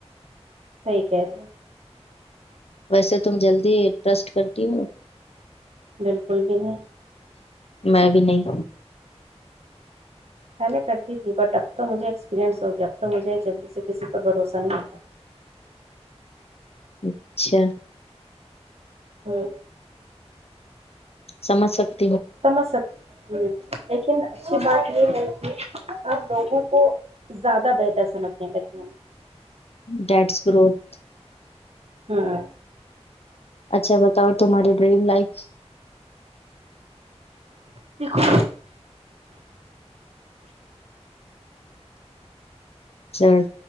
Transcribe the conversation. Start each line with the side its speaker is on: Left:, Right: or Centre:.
Right: سحی کہہ رہے ہیں
Left: ویسے تم جلدی ٹرسٹ کرتی ہو
Right: بالکل بھی نہیں
Left: میں بھی نہیں
Right: پہلے کرتی تھی بٹ اب تو مجھے ایکسپیرئنس ہو گیا اب تو مجھے جلدی سے کسی پر بھروسہ نہیں ہوتا
Left: اچ <unintelligible> اچھا
Right: ہوں
Left: سمجک
Right: سمجک ہ لیکن اچھی بات یہ ہے کہ آپ لوگوں کو زیادہ بہتر سمجھنے کاتے ہیں
Left: ڈ گروتھ
Right: ہوں
Left: اچھا بتاؤ تمہاری ڈریم لائف
Right: دھو
Left: ر